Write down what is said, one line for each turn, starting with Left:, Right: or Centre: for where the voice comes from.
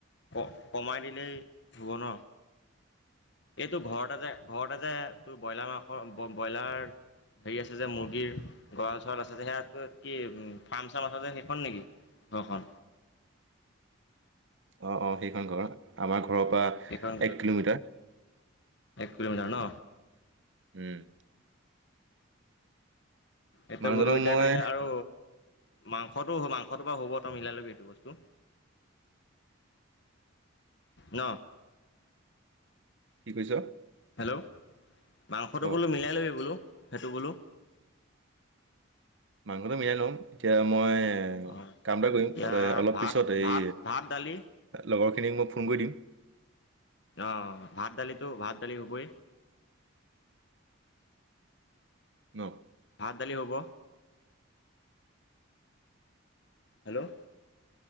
Left: ক কমাই দিলেই হ'ব ন এইটোৰ ঘৰতে যে ঘৰতে যে তোৰ ব্ৰইলাৰ মাংস ব্ৰইলাৰ হেৰি আছে যে মুৰ্গীৰ গঁৰাল চৰাল আছে যে সেইয়া কি উ ফাৰ্ম সেইখন নেকি ঘৰখন
Right: অ অ সেইখন ঘৰ আমাৰ ঘৰৰ পৰা
Left: সেইখন
Right: এক কিলোমিটাৰ।
Left: এক কিলোমিটাৰ ন।
Right: উম
Left: এতিয়া
Right: মানুহজনক
Left: বোলো এতিয়া
Right: মই
Left: কাইলে আৰু। মাংসটো মাংসটো পৰা হ'ব তই মিলাই লবি এইটো বস্তুটো। ন
Right: কি কৈছ
Left: হেল্ল' মাংসটো
Right: ক
Left: বোলো মিলাই ল'বি বোলো সেইটো বোলো।
Right: মাংসটো মিলাই লওঁ, এতিয়া মই। এ
Left: অঁ
Right: কাম এটা কৰিম
Left: এতিয়া
Right: অলপ
Left: ভাত
Right: পিছত এই
Left: ভাত ভাত দালি
Right: লগৰখিনিক মই ফোন কৰি দিম।
Left: আহ ভাত দালিতো ভাত দালি হুবই।
Right: নহ
Left: ভাত দালি হব। হেল্ল'